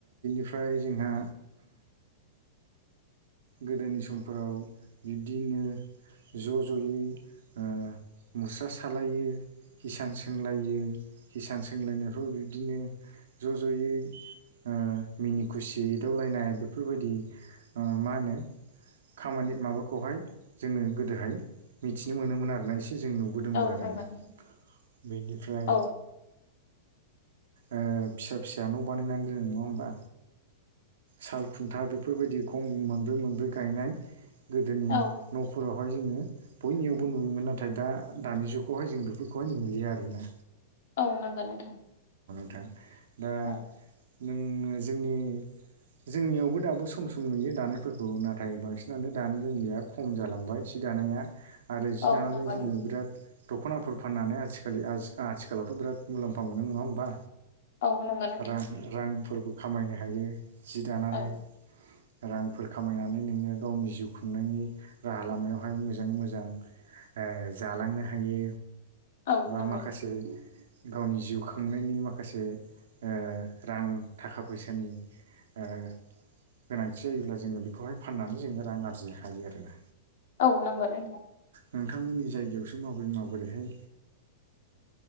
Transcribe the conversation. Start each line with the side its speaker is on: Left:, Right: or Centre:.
Right: ओम्रफ्राय जोंहा गोदोनि समफोराव बिब्दिनो ज' ज'यै ओ मुस्रा सालायो। हिसान सोंलायो किसान सोंलायनायफ्राव बिब्दिनो ज' ज'यै ओ मिनि खुसि एदावलायनाय बेफोरबायदि ओ मा होनो खामानि माबाखौहाय जोङो गोदोहाय मिथिनो मोनोमोन आरोना एसे जों नुबोदोंबो
Left: औ
Right: आरोना
Left: नंगौ
Right: बेनिफ्राय
Left: औ
Right: ओ फिसा फिसा न' बानायनानै दोनो नङा होमबा? साल खुन्था बेफोरबायदि गं मोनब्रै मोनब्रै गायनाय गोदोनि
Left: औ
Right: न'फोराव बेखौहाय जोङो बयनियावबो नुयोमोन नाथाय दा दानि जुगावहाय जों बेफोरखौहाय नुलिया आरोना।
Left: औ नंगौ नोंथां।
Right: थां दा
Left: औ
Right: नोङो जोंनि जोंनियावबो दाबो सम सम नुयो दानायफोरखौ नाथाय बांसिनानो दानो रोंलिया खम जालांबाय एसे जि दानाया आरो जि
Left: औ
Right: दानानै
Left: नंगौ
Right: जोङो
Left: नोंथां
Right: बिराद दख'नाफोर फाननानै आथिखालि आथिखालावथ' बिराद मुलाम्फा मोनो नङा होमबा?
Left: औ नांगौ।
Right: रां रांफोरबो खामायनो हायो जि दानानै
Left: औ
Right: रांफोर खामायनानै नोङो गावनि जिउ खुंनायनि राहा लामायावहाय मोजाङै मोजां ओ जालांनो हायो
Left: औ
Right: बा
Left: नंगौ
Right: माखासे गावनि जिउ खांनायनि माखासे ओ रां थाखा फैसानि ओ गोनांथि जायोब्ला जोङो बेखौहाय फाननानै जोङो रां आरजिनो हायो आरोना।
Left: औ नंगौ नोंथां।
Right: नोंथांमोननि जायगायावसो माबोरै माबोरैहाय
Left: <inaudible>